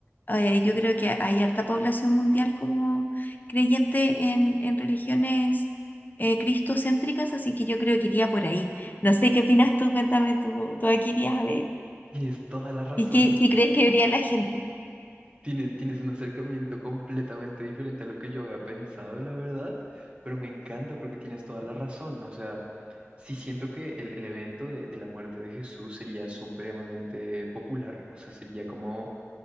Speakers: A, on the left; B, on the right.
A: Eh, yo creo que hay harta población mundial como creyente en, en religiones eh, cristocéntricas, así que yo creo que iría por ahí. No sé qué opinas tú, cuéntame tú, tú aquí irías a ver.
B: tienes toda la razón
A: ¿Y qué,
B: y tienes,
A: qué crees que vería la gente?
B: tienes, tienes un acercamiento completamente diferente a lo que yo había pensado, la verdad, pero me encanta porque tienes toda la razón. O sea, sí siento que el, el evento de, de la muerte de Jesús sería supremamente popular, o sea, sería como